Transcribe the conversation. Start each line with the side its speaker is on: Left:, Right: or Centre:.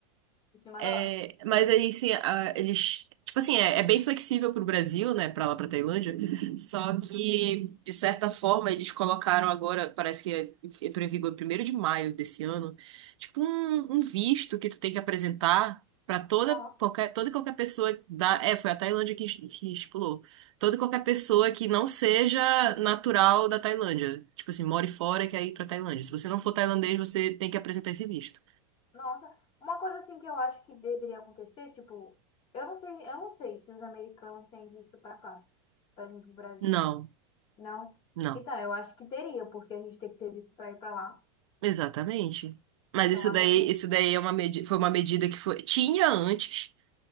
Left: em cima
Right: É,
Left: da hora.
Right: mas aí, assim, a- eles. Tipo assim, é, é bem flexível pro Brasil, né? Pra lá, pra Tailândia. Só que, de certa forma, eles colocaram agora, parece que é- entrou em vigor 1º de maio desse ano, tipo um, um visto que tu tem que apresentar pra toda,
Left: Nossa.
Right: qualquer, toda e qualquer pessoa da. É, foi a Tailândia que, que estipulou. Toda e qualquer pessoa que não seja natural da Tailândia. Tipo assim, more fora e quer ir pra Tailândia. Se você não for tailandês, você tem que apresentar esse visto.
Left: Nossa, uma coisa assim que eu acho que deveria acontecer, tipo, eu não sei, eu não sei se os americanos têm visto pra cá, pra vir pro Brasil.
Right: Não.
Left: Não?
Right: Não.
Left: Então, eu acho que teria, porque a gente tem que ter visto pra ir pra lá.
Right: Exatamente. Mas
Left: Então,
Right: isso
Left: eu acho
Right: daí,
Left: assim,
Right: isso daí é uma medi foi uma medida que foi, tinha antes,